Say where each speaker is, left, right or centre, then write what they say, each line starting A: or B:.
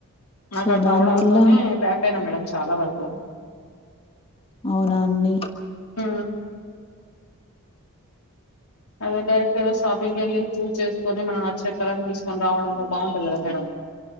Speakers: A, on the left; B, on the left.
A: నాకు
B: సో
A: అట్ల
B: దాని
A: అవడంతోనే
B: వల్ల
A: బ్యాక్ అయినా మేడం. చాలా వరకు
B: అవునా అండి.
A: ఉ అదే డైరెక్ట్ గా షాపింగ్ ఎళ్లి చూజ్ చేసుకొని మన అచ్చిన కలర్ తీసుకొని రావడంలో బావుటంది కదా మేడం‌.